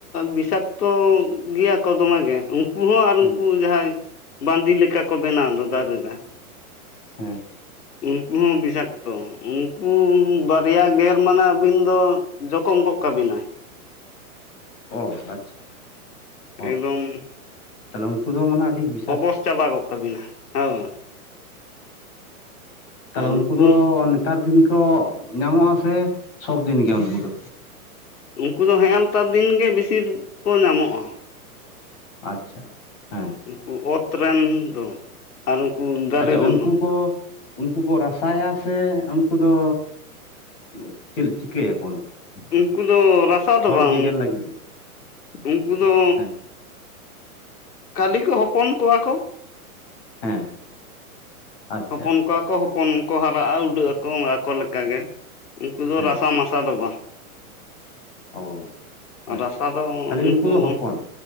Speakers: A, on the left; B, on the left.
A: ᱵᱤᱥᱟᱠᱛᱚ ᱜᱮᱭᱟ ᱠᱚ ᱫᱚᱢᱮ ᱜᱮ ᱾ ᱩᱱ ᱠᱩ ᱦᱚᱸ ᱟᱨ
B: ᱦᱮᱸ
A: ᱩᱱᱠᱩ ᱡᱟᱦᱟᱸᱭ ᱵᱟᱸᱫᱤ ᱞᱮᱠᱟ ᱠᱚ ᱵᱮᱱᱟᱣ ᱫᱚ ᱫᱟᱨᱤ ᱨᱮ ᱾
B: ᱦᱮᱸ ᱾
A: ᱩᱱᱠᱩ ᱦᱚᱸ ᱵᱤᱥᱟᱠᱛᱚ ᱾ ᱩᱱᱠᱩ ᱵᱟᱨᱭᱟ ᱜᱮᱨ ᱢᱟᱱᱮ ᱟᱹᱵᱤᱱ ᱫᱚ ᱡᱚᱠᱷᱚᱢ ᱜᱚᱜ ᱠᱟᱵᱤᱱᱟᱭ ᱾
B: ᱚ ᱟᱪᱪᱷᱟ ᱾ <inaudible>
A: ᱮᱠᱫᱚᱢ
B: ᱛᱟᱦᱚᱞᱮ ᱩᱱᱠᱩ ᱫᱚ ᱢᱟᱱᱮ ᱟᱹᱰᱤ ᱵᱤ
A: ᱚᱵᱚᱥ ᱪᱟᱵᱟ ᱜᱚᱜ ᱠᱟᱵᱤᱱᱟ, ᱦᱳᱭ ᱾
B: ᱛᱟᱦᱞᱮ
A: ᱟᱨ ᱱᱩᱠᱩ
B: ᱩᱱᱠᱩ ᱫᱚ ᱱᱮᱛᱟᱨ ᱫᱤᱱ ᱠᱚ ᱧᱟᱢᱚᱜ-ᱟ ᱥᱮ ᱥᱚᱵ ᱫᱤᱱ ᱜᱮ ᱩᱱᱠᱩ ᱫᱚ?
A: ᱩᱱᱠᱩ ᱫᱚ ᱦᱮᱸᱜ-ᱮ ᱱᱮᱟᱛᱟᱨ ᱫᱤᱱ ᱜᱮ ᱵᱤᱥᱤ ᱠᱚ ᱧᱟᱢᱚᱜ-ᱟ ᱾
B: ᱟᱪᱪᱷᱟ ᱾ <inaudible> ᱦᱮᱸ ᱾
A: ᱩᱱᱠᱩ ᱚᱛ ᱨᱮᱱ ᱫᱚ <inaudible> ᱟᱨ ᱩᱱᱠᱩ ᱫᱟᱨᱮ
B: ᱟᱪᱪᱷᱟ
A: ᱨᱮᱱ
B: ᱩᱱᱠᱩ
A: ᱦᱚᱸ
B: ᱠᱚ
A: ᱾
B: ᱩᱱᱠᱩ ᱠᱚ ᱨᱟᱥᱟᱭᱟ ᱥᱮ ᱩᱱᱠᱩ ᱫᱚ <inaudible> ᱪᱤᱠᱟᱹᱭᱟᱠ
A: ᱩᱱᱠᱩ ᱫᱚ ᱨᱟᱥᱟ ᱫᱚ ᱵᱟᱝ
B: ᱜᱮᱜᱮᱨ ᱞᱟᱹᱜᱤᱫ
A: ᱠᱩ
B: ᱜᱮ
A: <inaudible> ᱩᱱᱠᱩ ᱫᱚ
B: ᱦᱮᱸ
A: ᱠᱟᱹᱞᱤ ᱠᱚ ᱦᱚᱯᱚᱱ ᱠᱚᱣᱟ ᱠᱚ᱾
B: ᱦᱮᱸ ᱟᱪᱪᱷᱟ
A: ᱦᱚᱯᱚᱱ ᱠᱚᱣᱟ ᱠᱚ ᱦᱚᱯᱚᱱ ᱠᱚ ᱦᱟᱨᱟᱜᱼᱟ ᱩᱰᱟᱹᱜ ᱟᱠᱚ ᱟᱠᱚ ᱞᱮᱠᱟᱜᱮ᱾ ᱩᱱᱠᱩ ᱫᱚ
B: ᱦᱮᱸ
A: ᱨᱟᱥᱟ ᱢᱟᱥᱟ ᱫᱚ ᱵᱟᱝ᱾
B: ᱚ ᱟᱪᱪᱷᱟ
A: ᱨᱟᱥᱟ ᱫᱚ
B: ᱠᱷᱟᱹᱞᱤ
A: ᱩᱱᱠᱩ
B: ᱫᱚ ᱦᱚᱯᱚᱱ
A: ᱩᱱ